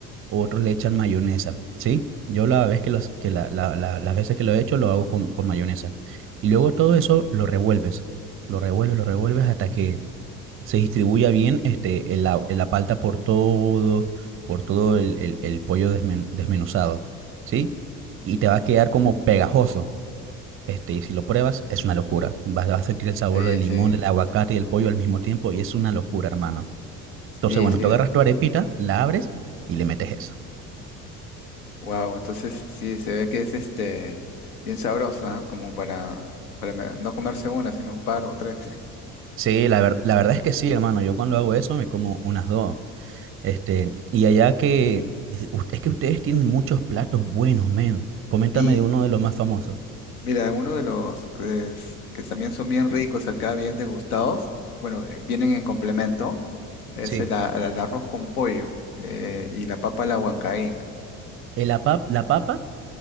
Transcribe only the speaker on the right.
o otros le echan mayonesa, ¿sí? Yo la vez que los, que la, la- la- las veces que lo he hecho lo hago con, con mayonesa. Y luego todo eso lo revuelves, lo revuelves, lo revuelves hasta que se distribuya bien este, el la, la palta por todo, por todo el, el- el pollo desmen- desmenuzado, ¿sí? Y te va a quedar como pegajoso. Este, y si lo pruebas, es una locura. Vas, vas a sentir el sabor
del limón,
del aguacate y del pollo al mismo tiempo, y es una locura, hermano. Entonces,
bueno,
tú agarras tu arepita, la abres y le metes eso.
Sí, la ver- la verdad es que sí, hermano. Yo cuando hago eso me como unas dos. Este, y allá que, usted, es que ustedes tienen muchos platos buenos, men. Coméntame
de uno de los más famosos.
Sí.
Eh, ¿La pap- la papa?